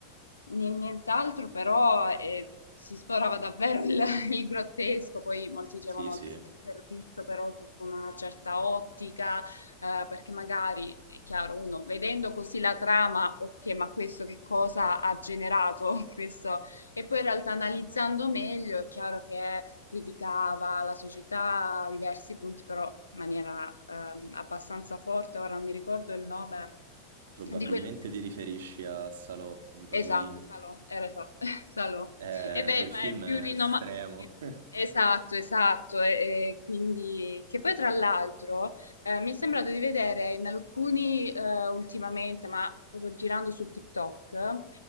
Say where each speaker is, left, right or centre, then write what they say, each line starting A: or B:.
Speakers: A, on the left; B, on the right.
A: Ni- Nient'altro, però eh, si sforava davvero il, <laughs> il grottesco, poi molti dicevano
B: Sì, sì.
A: deve essere visto però sotto una certa ottica, eh, perché magari, è chiaro, uno vedendo così la trama, ok, ma questo che cosa ha generato <laughs> questo? E poi in realtà analizzando meglio è chiaro che criticava la società a diversi punti, però in maniera ehm, abbastanza forte, ora non mi ricordo il nome
B: Probabilmente
A: di quello.
B: ti riferisci a Salò di Pasolini.
A: Esatto, Salò, era esatto, <laughs> Salò.
B: Eh,
A: E beh,
B: quel
A: ma
B: film
A: è più
B: è
A: rinomato.
B: estremo. <laughs>
A: Esatto, esatto. E, e quindi, che poi tra l'altro eh, mi è sembrato di vedere in alcuni eh, ultimamente, ma proprio girando su TikTok,